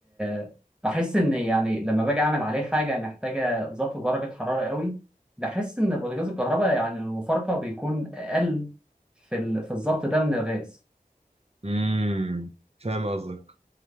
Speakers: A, in the centre; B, on the right.
A: آه، بحس ان يعني لما باجي اعمل عليه حاجه محتاجه ظبط درجه حراره قوي بحس ان البوتاجاز الكهرباء يعني المفارقه بيكون اقل في ال- في الظبط ده من الغاز
B: امم فاهم قصدك